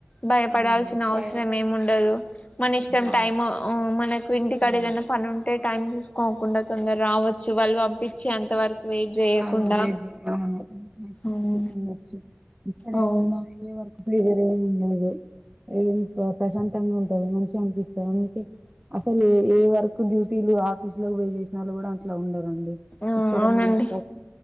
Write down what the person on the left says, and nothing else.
భయపడాల్సిన
అవసరం
ఏమి
ఉండదు మన ఇష్టం
టైమ్ మనకు ఇంటికాడ
ఏదైనా పని ఉంటే టైం చూసుకోకుండా తొందర రావచ్చు వాళ్ళు పంపించి అంత వరకు వెయిట్ చేయకుండా
అవును
అవును
ఆ
అవునండి